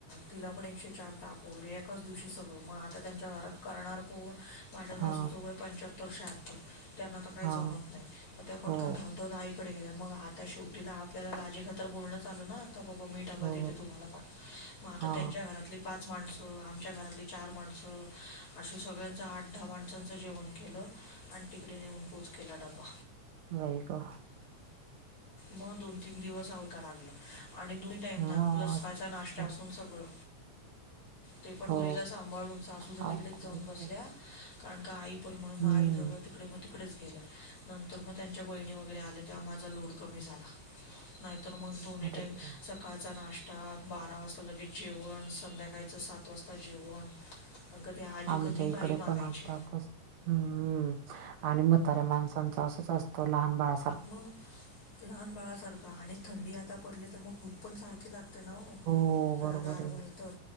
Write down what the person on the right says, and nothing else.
हा
हा
हो
हो
हा
वई गो
मग
असत
असत
हो
अवघड
होत
हम्म
अरे
देवा.
आमच्या
इकडे
पण आता कस हम्म आणि म्हताऱ्या माणसांचं असंच असतं लहान बाळा
हो
बरोबर